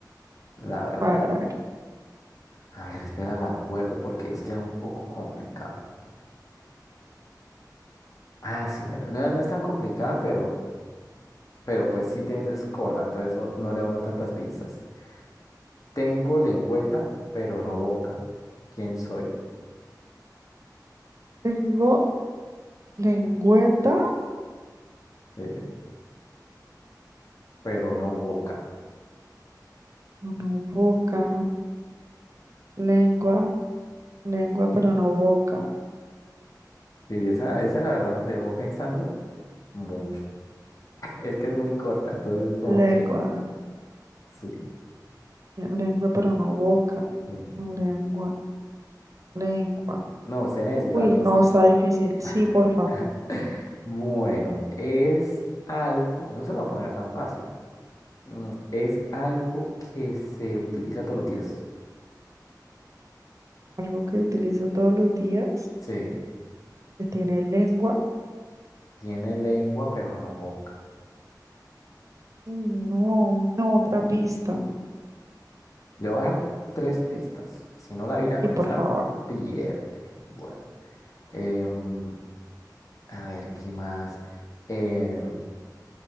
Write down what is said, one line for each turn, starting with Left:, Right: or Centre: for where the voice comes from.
Left: la verdad.
Right: ¿cuál? A ver.
Left: A ver, espera, la acuerdo porque es que era un poco complicado. Ah, sí, bueno, no, no es tan complicada, pero, pero pues sí te es corta, entonces eso no le da a uno tantas pistas. Tengo lengüeta, pero no boca. ¿Quién soy?
Right: Tengo lengüeta.
Left: Eh, pero no boca.
Right: No boca, lengua, lengua pero no boca,
Left: Y esa, esa la verdad nos dejó pensando mucho. <laughs> Es que es muy corta, entonces como
Right: lengua,
Left: que sí,
Right: lengua pero no boca,
Left: sí.
Right: lengua, lengua.
Left: No, usted necesita
Right: Uy,
Left: pistas.
Right: no, está difícil. Sí, por favor,
Left: <laughs> Bueno, es algo, no se lo voy a poner tan fácil. Mm, Es algo que se utiliza todos los días.
Right: algo que utilizo todos los días,
Left: Sí,
Right: que tiene lengua.
Left: tiene lengua, pero no boca.
Right: Mm, No, no, otra pista.
Left: Le voy a dar tres pistas. Si no la vina con
Right: Sí, por
Left: esa,
Right: favor.
Left: pierde. Bueno. Em, a ver, ¿qué más? Em,